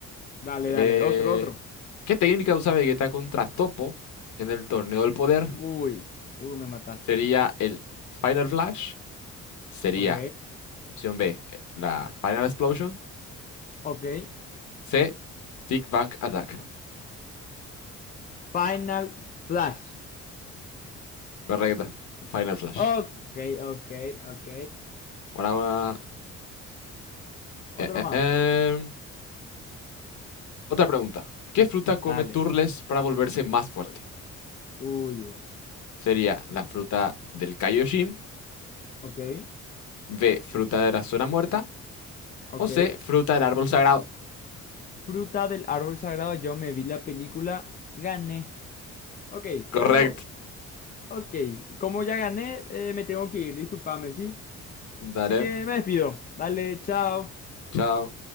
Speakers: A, on the left; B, on the left.
A: Dale,
B: Eh,
A: dale. Otro, otro.
B: ¿Qué técnica usa Vegeta contra Topo en el torneo del poder?
A: Uy. Uy, me mataste.
B: Sería el Final Flash. Sería
A: Ok.
B: opción B, eh, la Final Explosion.
A: Ok.
B: C, Big Bang Attack.
A: Final Flash.
B: Correcto. Final Flash.
A: Ok, ok, ok.
B: Por ahora
A: Otro
B: Eh, eh,
A: más.
B: em, Otra pregunta. ¿Qué fruta come
A: Dale.
B: Turles para volverse más fuerte?
A: Uy. Uy, uy.
B: ¿Sería la fruta del Kaioshin?
A: Ok.
B: ¿B, fruta de la zona muerta?
A: Ok.
B: ¿O C, fruta del árbol sagrado?
A: Fruta del árbol sagrado, yo me vi la película, gané. Ok,
B: Correcto.
A: pero, ok, como ya gané, eh, me tengo que ir, discúlpame, ¿sí?
B: Dale,
A: Así que me despido. Dale, chao.
B: chao.